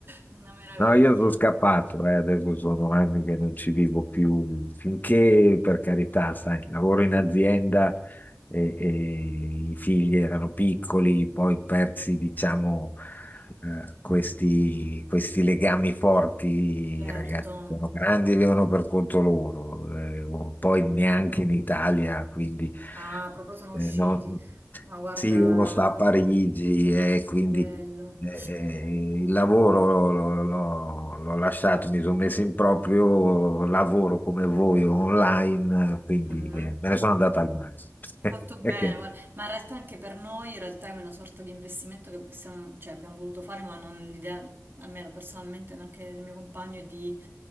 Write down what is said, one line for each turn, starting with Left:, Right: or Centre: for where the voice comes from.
Right: una meraviglia,
Left: No, io sono scappato, eh, Adesso sono anni che non ci vivo più, finché per carità, sai, lavoro in azienda e, e i figli erano piccoli, poi persi, diciamo, eh, questi, questi legami forti,
Right: certo.
Left: i ragazzi sono grandi e vivono per conto loro, eh, o- poi neanche in Italia, quindi
Right: Ah, proprio sono
Left: eh,
Right: usciti.
Left: no,
Right: Ma guarda,
Left: sì, uno sta a Parigi e quindi
Right: bello.
Left: eh, eh, il lavoro l'ho l'ho- l'ho lasciato, mi sono messo in proprio lavoro come voi online, eh, quindi
Right: Mhm.
Left: eh, me ne sono andato al mare.
Right: Hai
Left: <laughs>
Right: fatto bene,
Left: Perché,
Right: guarda. Ma in realtà anche per noi in realtà è una sorta di investimento che stiamo- cioè, abbiamo voluto fare, ma non l'idea, almeno personalmente, neanche il mio compagno, è di